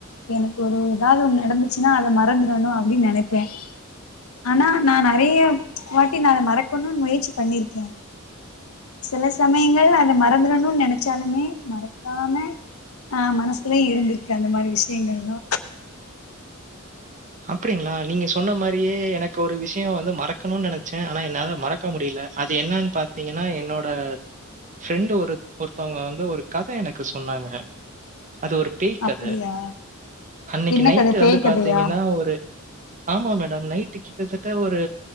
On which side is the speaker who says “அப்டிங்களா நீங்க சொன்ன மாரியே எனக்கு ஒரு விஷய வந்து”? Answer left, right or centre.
Right